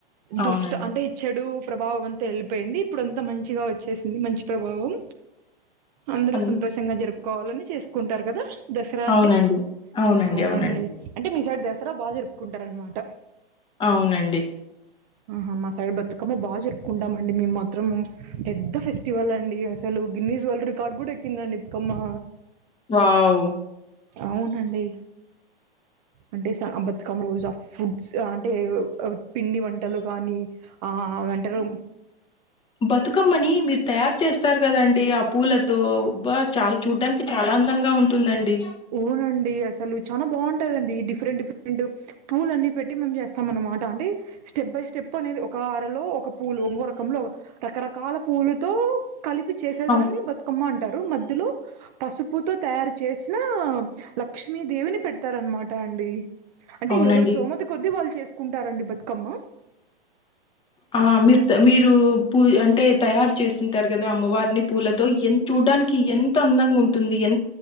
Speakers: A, on the left; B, on the right.
A: అవునండి
B: దుష్ట అంటే చెడూ ప్రభావం అంత ఎళ్ళిపోయింది ఇప్పుడంత మంచిగా వచ్చేసింది మంచి ప్రభావం అందరూ
A: అన్
B: సంతోషంగా జరుపుకోవాలని చేసుకుంటారు కదా దసరా
A: అవునండి
B: అంటె
A: అవునండి
B: అవునా
A: అవునండి
B: అండి అంటే మీ సైడ్ దసరా బాగ జరుపుకుంటరున్మాట
A: అవునండి
B: ఆహా మా సైడ్ బతుకమ్మ బా జ జరుపుకుంటామండి మేమ్ మాత్రము పెద్ద ఫెస్టివల్లండి అసలు గిన్నీస్ వల్డ్ రికార్డ్ గూడ ఎక్కిందండి కమ్మా
A: వావ్
B: అవునండీ అంటే స అంబతుకమ్మ రోజు ఆ ఫుడ్స్ ఆ అంటే అ పిండి వంటలు కానీ ఆ వంటరూ
A: బతుకమ్మనీ మీరు తయారు చేస్తారు గదండీ ఆ పూలతోబ్బా చాల చూడ్డానికి చాలా అందంగా ఉంటుందండి
B: ఊనండీ అస్ సలు చానా బావుంటదండీ డిఫరెంట్ డిఫరెంటు పూలన్నీ పెట్టి మనం జేస్తాం అన్నమాట అంటే స్టెప్ బై స్టెప్ అనేది ఒకా అరలో ఒక పూలు ఉంగో రకంలో ఒగ రకరకాల పూలతో కలిపి చేసేదాన్నీ
A: అవ్
B: బతుకమ్మ అంటారు మధ్యలో పసుపుతో తయారు చేసి. నామ్ లక్ష్మీ దేవిని పెడతారన్మాట అండి. అంటే
A: అవునండి
B: ఎవరి సోమతి కొద్దీ వాళ్ళు చేసుకుంటారండి బతుకమ్మ.
A: ఆ మీర్ త మీరూ పూజ అంటే. తయారు చేసింటారు గదా అమ్మవారిని పూలతో ఎన్ చూడానికి ఎంత అందంగా ఉంటుంది ఎం.